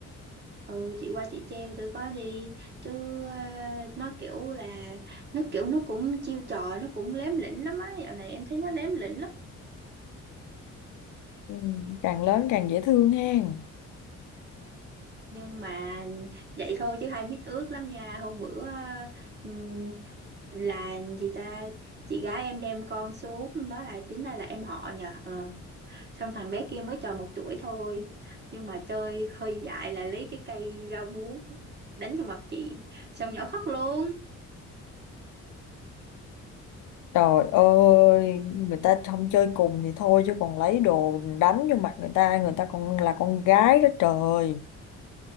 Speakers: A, on the right; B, on the left.
A: ừ chị qua chị treo thử coi đi chứ ờ, nó kiểu là nó kiểu nó cũng chiêu trò nó cũng lém lỉnh lắm á dạo này em thấy nó lém lỉnh lắm
B: Ừ. Càng lớn càng dễ thương hen.
A: nhưng mà vậy thôi chứ hai mít ướt lắm nha hôm bữa ừm, là gì ta chị gái em đem con xuống đó là tính ra là em họ nhờ ờ. xong thằng bé kia mới tròn một tuổi thôi nhưng mà chơi hơi dại là lấy cái cây rau muống đánh vào mặt chị xong nhỏ khóc luôn
B: Trời ơi, người ta không chơi cùng thì thôi chứ còn lấy đồ đánh vô mặt người ta, người ta còn là con gái đó trời.